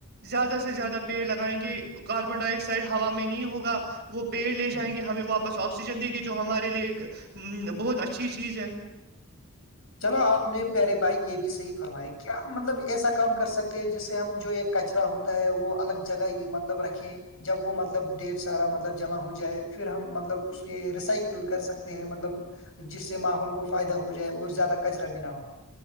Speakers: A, on the right; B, on the left.
A: زیادہ سے زیادہ پیڑ لگائیں گے کاربن ڈائی آکسائڈ ہوا میں نہیں ہوگا وہ پیڑ لے جائیں
B: ہوں۔
A: گے ہمیں واپس آکسیجن دے گے جو ہمارے لیے ایک بہت اچھی چیز ہے
B: چلو آپ نے پیارے بھائی یہ بھی صحیح فرمایا کیا مطلب ایسا کام کر سکتے ہیں جسے ہم جو ایک کچرا ہوتا ہے وہ الگ جگہ مطلب رکھیں جب وہ مطلب ڈیڑھ سارا مطلب جمع ہو جائے پھر ہم مطلب اس کے ریسائکل کر سکتے ہیں مطلب جس سے ماحول کو فائدہ ہو جائے اور زیادہ کچرا بھی نہ ہو